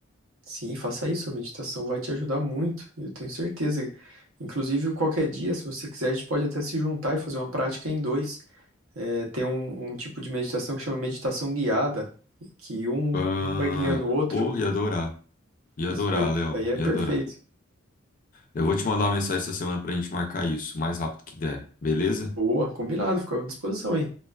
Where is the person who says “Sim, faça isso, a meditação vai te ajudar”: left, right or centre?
Right